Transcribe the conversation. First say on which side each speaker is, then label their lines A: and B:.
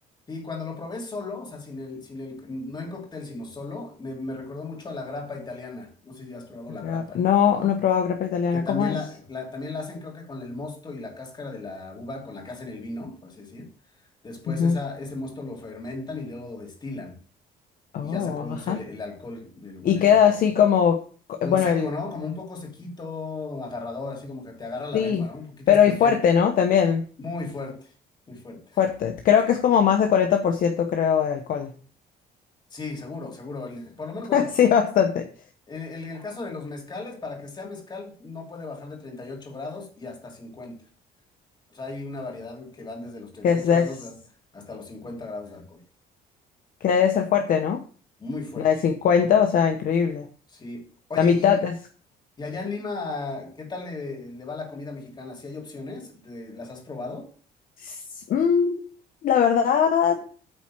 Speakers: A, on the left; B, on the left.
A: Y cuando lo probé solo, o sea, sin el, sin el, no en cóctel, sino solo, me, me recordó mucho a la grappa italiana. No sé si has probado la grappa,
B: Grappa- No, no he probado grapa italiana,
A: que también
B: ¿cómo es?
A: la, la- también la hacen, creo que con el mosto y la cáscara de la uva con la que hacen el vino, por así decir. Después
B: Ujú.
A: esa, ese mosto lo fermentan y luego lo destilan
B: Oh,
A: y ya se produce
B: ajá.
A: el, el alcohol del, bueno,
B: Y queda
A: el licor.
B: así como, co-
A: Como
B: bueno,
A: seco, ¿no? Como un poco sequito, agarrador, así como que te agarra la
B: Sí,
A: lengua, ¿no? Un poquito
B: pero
A: astringente.
B: y fuerte, ¿no? También,
A: Muy fuerte, muy fuerte.
B: fuerte. Creo que es como más de 40%, creo, de alcohol.
A: Sí, seguro, seguro. El- por lo menos,
B: <laughs>
A: bueno,
B: Sí, bastante.
A: En, en el caso de los mezcales, para que sea mezcal, no puede bajar de 38 grados y hasta 50. O sea, hay una variedad que van desde los treinta
B: Que
A: y
B: es,
A: ocho
B: es-
A: grados de- hasta los 50 grados de alcohol.
B: que debe ser fuerte, ¿no?
A: Muy fuerte.
B: La de 50, o sea, increíble.
A: Sí. Oye,
B: La mitad
A: y,
B: es...
A: y allá en Lima, ¿qué tal le, le va la comida mexicana? Si hay opciones? ¿Te- ¿las has probado?
B: s- mm, la verdad,